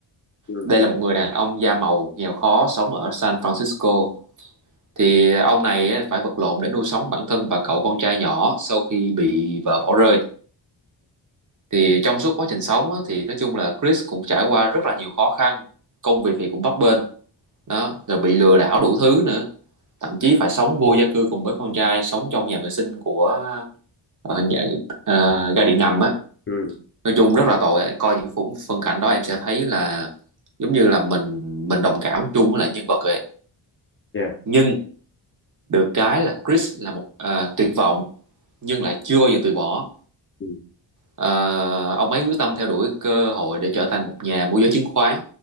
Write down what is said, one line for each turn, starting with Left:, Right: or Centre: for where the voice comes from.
Left: ừ,
Right: đây là một người đàn ông da màu nghèo khó sống ở San Francisco thì ông này á, phải vật lộn để nuôi sống bản thân và cậu con trai nhỏ sau khi bị vợ bỏ rơi thì trong suốt quá trình sống á, thì nói chung là Chris cũng trải qua rất là nhiều khó khăn công việc thì cũng bấp bênh đó rồi bị lừa đảo đủ thứ nữa thậm chí phải sống vô gia cư cùng với con trai sống trong nhà vệ sinh của ờ, nhà, ờ, ga điện ngầm á
Left: ừ,
Right: nói chung rất là tội coi những khung phân cảnh đó em sẽ thấy là giống như là mình mình đồng cảm chung với lại nhân vật vậy
Left: dạ,
Right: nhưng được cái là Chris là một ờ, tuyệt vọng nhưng lại chưa bao giờ từ bỏ
Left: ừ,
Right: Ờ, ông ấy quyết tâm theo đuổi cơ hội để trở thành một nhà môi giới chứng khoán